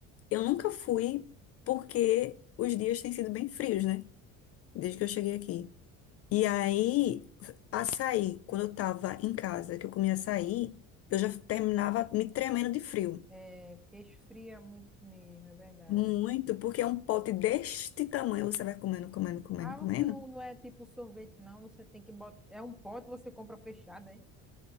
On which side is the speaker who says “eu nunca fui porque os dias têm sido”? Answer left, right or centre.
Left